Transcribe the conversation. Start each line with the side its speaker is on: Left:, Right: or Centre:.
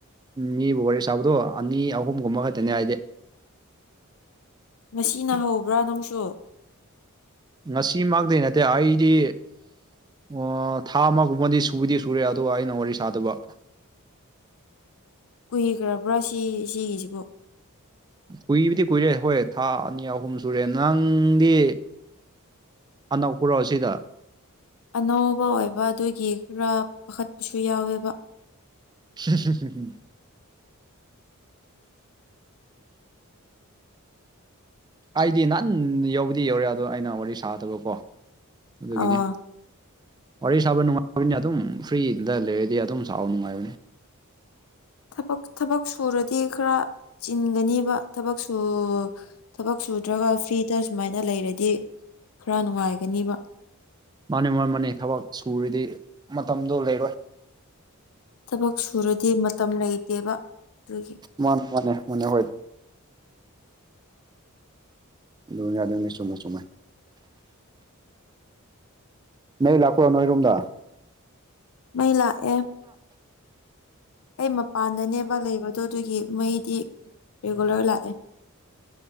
Right: ꯃꯤꯕꯨ ꯋꯥꯔꯤ ꯁꯥꯕꯗꯣ ꯑꯅꯤ ꯑꯍꯨꯝꯒꯨꯝꯕ ꯈꯛꯇꯅꯦ ꯍꯥꯏꯗꯤ
Left: ꯉꯁꯤ ꯅ ꯍꯧꯕ꯭ꯔꯥ ꯅꯪꯁꯨ
Right: ꯉꯁꯤꯃꯇꯩꯩ ꯅꯠꯇꯦ ꯑꯩꯗꯤ ꯑꯣ ꯊꯥ ꯑꯃꯒꯨꯝꯕꯗꯤ ꯁꯨꯕꯗꯤ ꯁꯨꯔꯦ ꯑꯗꯨꯒ ꯑꯩꯅ ꯋꯥꯔꯤ ꯁꯥꯗꯕ
Left: ꯀꯨꯏꯈ꯭ꯔꯕ꯭ꯔꯥ ꯁꯤ ꯁꯤꯒꯤꯁꯤꯕꯨ
Right: ꯀꯨꯏꯕꯗꯤ ꯀꯨꯏꯔꯦ ꯍꯣꯏ ꯊꯥ ꯑꯅꯤ ꯑꯍꯨꯝ ꯁꯨꯔꯦ ꯅꯪꯗꯤ ꯑꯅꯧꯄꯔꯣ ꯑꯁꯤꯗ
Left: ꯑꯅꯧꯕ ꯑꯣꯏꯕ ꯑꯗꯨꯒꯤ ꯈꯔ ꯄꯥꯈꯠꯄꯁꯨ ꯌꯥꯎꯋꯦꯕ
Right: ꯍ ꯍꯨꯝ ꯍꯨꯝ ꯍꯨꯝ ꯑꯩꯗꯤ ꯅꯍꯥꯟ ꯌꯧꯕꯗꯤ ꯌꯧꯔꯦ ꯑꯗꯣ ꯑꯩꯅ ꯋꯥꯔꯤ ꯁꯥꯗꯕꯀꯣ ꯑꯗꯨꯒꯤꯅꯤ
Left: ꯑꯥ
Right: ꯋꯥꯔꯤ ꯁꯥꯕ ꯅꯨꯡꯉꯥꯏꯕꯅꯤ ꯑꯗꯨꯝ ꯐ꯭ꯔꯤꯗ ꯂꯩꯔꯗꯤ ꯑꯗꯨꯝ ꯁꯥꯕ ꯅꯨꯡꯉꯥꯏꯕꯅꯤ
Left: ꯊꯕꯛ ꯊꯕꯛ ꯁꯨꯔꯗꯤ ꯈꯔ ꯆꯤꯟꯒꯅꯦꯕ ꯊꯕꯛ ꯁ ꯊꯕꯛ ꯁꯨꯗ꯭ꯔꯒ ꯐ꯭ꯔꯤꯗ ꯁꯨꯃꯥꯏꯅ ꯂꯩꯔꯗꯤ ꯈꯔ ꯅꯨꯡꯉꯥꯏꯒꯅꯤꯕ
Right: ꯃꯥꯅꯤ ꯃꯥ ꯃꯥꯅꯤ ꯊꯕꯛ ꯁꯨꯔꯤꯗꯤ ꯃꯇꯝꯗꯨꯣ ꯂꯩꯔꯣꯏ
Left: ꯊꯕꯛ ꯁꯨꯔꯗꯤ ꯃꯇꯝ ꯂꯩꯇꯦꯕ ꯑꯗꯨꯒꯤ
Right: ꯃꯥꯅꯦ ꯃꯅꯦ ꯃꯅꯦ ꯍꯣꯏ ꯂꯨꯅꯤ ꯌꯥ ꯑꯗꯨꯅꯤ ꯆꯃꯦ ꯁꯨꯝꯃꯥꯏ ꯅ ꯂꯥꯛꯈꯔꯣ ꯅꯣꯏꯔꯨꯝꯗ
Left: ꯃꯩ ꯂꯥꯛꯑꯦ ꯑꯩ ꯃꯄꯥꯟꯗꯅꯦ ꯑ ꯂꯩꯕꯗꯣ ꯑꯗꯨꯒꯤ ꯃꯩꯗꯤ ꯔꯤꯒꯨꯂꯔ ꯂꯥꯛꯑꯦ